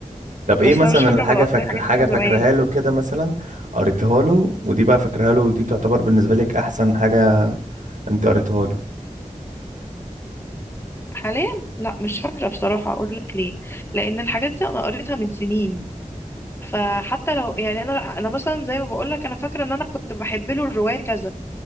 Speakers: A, on the right; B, on the left.
A: طب ايه
B: بس
A: مثلا
B: أنا مش فاكرة
A: الحاجة
B: مرات
A: فاكر
B: الحاجات
A: حاجة
B: دي من
A: فاكرها
B: زمان
A: له كده مثلا قريتها له ودي بقى فاكرها له ودي تعتبر بالنسبة لك احسن حاجة انت قريتها له
B: حاليا لا مش فاكرة بصراحة أقول لك ليه لأن الحاجات دي أنا قريتها من سنين فحتى لو يعني أنا أنا مثلا زي ما بقول لك أنا فاكرة إن أنا كنت بحب له الرواية كذا